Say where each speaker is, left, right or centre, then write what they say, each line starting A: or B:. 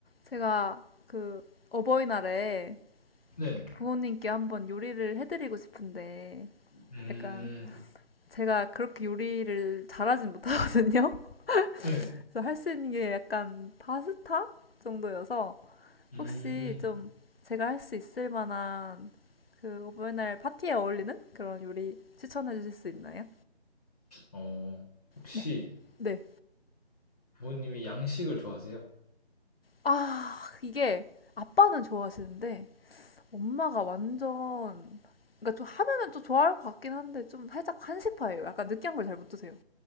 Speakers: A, on the left (about 65°); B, on the left (about 35°).
A: 제가 그 어버이날에
B: 네.
A: 부모님께 한번 요리를 해드리고 싶은데
B: 음,
A: 약간 제가 그렇게 요리를 잘하진 못하거든요.
B: 네.
A: <laughs> 그래서 할 수 있는 게 약간 파스타 정도여서
B: 음,
A: 혹시 좀 제가 할 수 있을 만한 그 어버이날 파티에 어울리는 그런 요리 추천해 주실 수 있나요?
B: 어, 혹시
A: 네. 네.
B: 부모님이 양식을 좋아하세요?
A: 아, 이게 아빠는 좋아하시는데 엄마가 완전 그러니까 좀 하면은 좀 좋아할 것 같긴 한데 좀 살짝 한식파예요. 약간 느끼한 걸 잘 못 드세요.